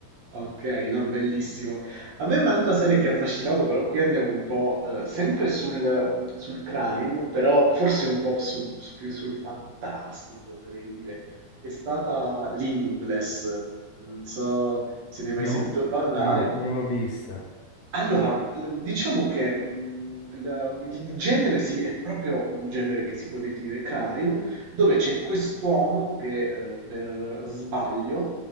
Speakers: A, on the right; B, on the left.
A: Ok, no, bellissimo. A me un'altra serie che ha affascinato, però qui andiamo un po' eh, sempre sul, sul crime, però forse un po' su- su- più sul fantastico, oserei dire, è stata Limitless. Non so se ne hai mai
B: no,
A: sentito parlare.
B: no, non l'ho vista.
A: Allora, l diciamo che, mhmm, l il genere sì, è proprio un genere che si può definire crime, dove c'è quest'uomo che, ehm, per sbaglio,